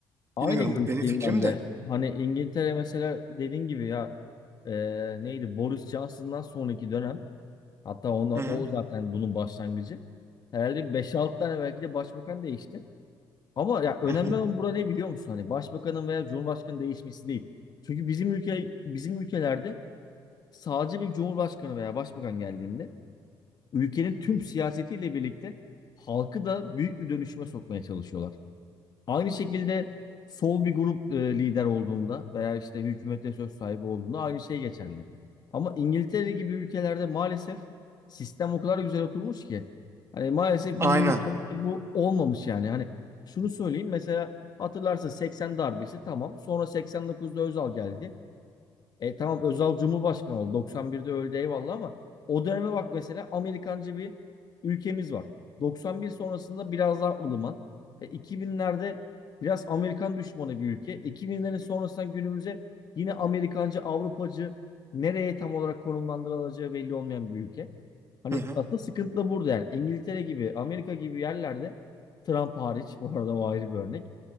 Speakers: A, on the left (about 50°); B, on the right (about 30°).
A: Aynı
B: bilmiyorum
A: görüşteyim
B: bu benim fikrim
A: ben de.
B: de.
A: Hani İngiltere mesela dediğin gibi ya e, neydi Boris Johnson'dan sonraki dönem hatta ona,
B: Hı
A: o
B: hı.
A: zaten bunun başlangıcı. Herhalde beş 6 tane belki de başbakan değişti. Ama ya önemli
B: <laughs>
A: olan burada ne biliyor musun? Hani başbakanın veya cumhurbaşkanının değişmesi değil. Çünkü bizim ülke bizim ülkelerde sadece bir cumhurbaşkanı veya başbakan geldiğinde ülkenin tüm siyasetiyle birlikte halkı da büyük bir dönüşüme sokmaya çalışıyorlar. Aynı şekilde sol bir grup e, lider olduğunda veya işte hükümete söz sahibi olduğunda aynı şey geçerli. Ama İngiltere gibi ülkelerde maalesef sistem o kadar güzel oturmuş ki. Hani maalesef
B: Aynen.
A: bizim ülkemizde bu olmamış yani. Hani şunu söyleyeyim mesela hatırlarsın 80 darbesi tamam. Sonra 89'da Özal geldi. E tamam Özal Cumhurbaşkanı oldu. 91'de öldü eyvallah ama o döneme bak mesela Amerikancı bir ülkemiz var. 91 sonrasında biraz daha ılıman. E, 2000'lerde biraz Amerikan düşmanı bir ülke. 2000'lerin sonrasından günümüze yine Amerikancı, Avrupacı nereye tam olarak konumlandırılacağı belli olmayan bir ülke. Hani
B: Hı hı.
A: asıl sıkıntı da burada yani. İngiltere gibi, Amerika gibi yerlerde Trump hariç bu arada o ayrı bir örnek